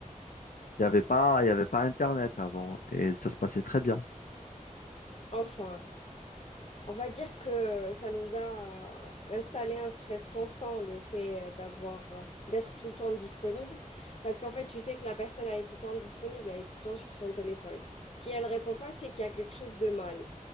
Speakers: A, on the left (about 85°); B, on the left (about 50°).
A: Il n'y avait pas, il y avait pas Internet avant et ça se passait très bien.
B: Enfin, on va dire que ça nous a euh, installé un stress constant, le fait euh, d'avoir, euh, d'être tout le temps disponible. Parce qu'en fait, tu sais que la personne, elle est tout le temps disponible, elle est tout le temps sur son téléphone. Si elle répond pas, c'est qu'il y a quelque chose de mal.